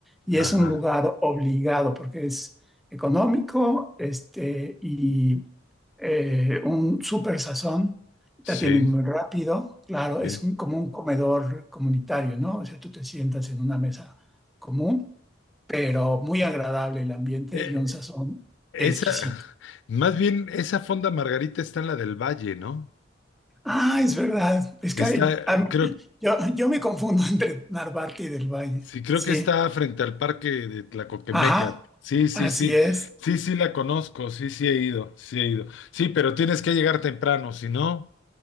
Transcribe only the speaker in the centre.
Y
es un lugar obligado porque es económico, este, y eh, un súper sazón,
te atienden muy rápido, claro,
es un, como un comedor comunitario, ¿no? O sea, tú te sientas en una mesa común, pero muy agradable el ambiente
y un sazón
exquisito.
Ah, es verdad, es que
hay- a mí-
yo, yo me confundo <laughs> entre Narvarte y del Valle,
sí,
ajá,
así
es,